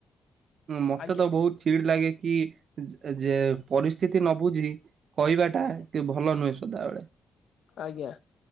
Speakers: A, on the right; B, on the left.
A: ମତେ
B: ଆଜ୍ଞା
A: ତ ବହୁତ ଚିଡ ଲାଗେ କି ଏଯେ ପରିସ୍ଥିତି ନ ବୁଝି କହିବାଟା
B: ଆଜ୍ଞା
A: କି ଭଲ ନୁହେଁ ସଦାବେଳେ।
B: ଆଜ୍ଞା।